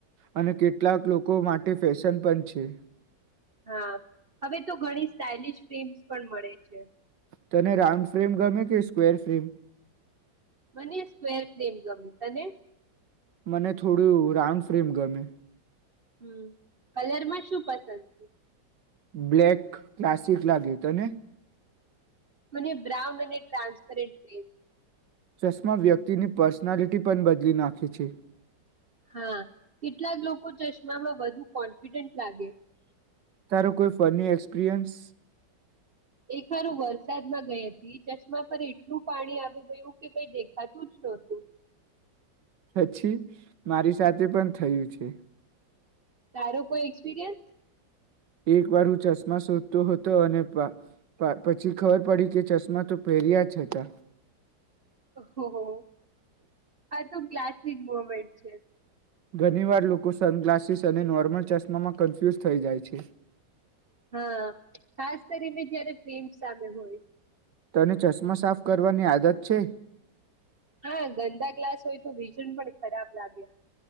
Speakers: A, on the right; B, on the right.
A: અને કેટલાક લોકો માટે ફેશન પણ છે.
B: હા, હવે તો ઘણી સ્ટાઈલિંશ ફ્રેમ્સ પણ મળે છે.
A: તને રાઉન્ડ ફ્રેમ ગમે કે સ્ક્વેર ફ્રેમ?
B: મને સ્કવેર ફ્રેમ ગમે તને?
A: મને થોડું રાઉન્ડ ફ્રેમ ગમે.
B: હમ, કલરમાં શું પસંદ?
A: બ્લેક ક્લાસિક લાગે, તને?
B: મને બ્રાઉન અને ટ્રાન્સપરેટ ફ્રેમ.
A: ચશ્માં વ્યક્તિની પર્સનાલિટી પણ બદલી નાખે છે.
B: હા, કેટલાક લોકો ચશ્મામાં વધુ કોન્ફિડન્ટ લાગે.
A: તારો કોઈ ફની એક્સપિરિયન્સ?
B: એકવાર હું વરસાદમાં ગઈ હતી ચશ્માં પર એટલું પાણી આવી ગયું કે કઈ દેખાતું જ નહતું.
A: પછી મારી સાથે પણ થયું છે.
B: તારો કોઈ એક્સપિરિયન્સ?
A: એકવાર હું ચશ્માં શોધતો હતો અને પછી ખબર પડી કે ચશ્માં તો પહેર્યા જ હતા.
B: ઓહોહો, આતો ક્લાસિક મોમેન્ટ છે.
A: ઘણીવાર લોકો સનગ્લાસીસ અને નોર્મલ ચશ્મામાં કન્ફ્યુઝ થઈ જાય છે.
B: હા, ખાસ કરીને જયારે ફ્રેમ સામે હોય.
A: તને ચશ્માં સાફ કરવાની આદત છે?
B: હા, ગંદા ગ્લાસ હોય તો વિઝન પણ ખરાબ લાગે.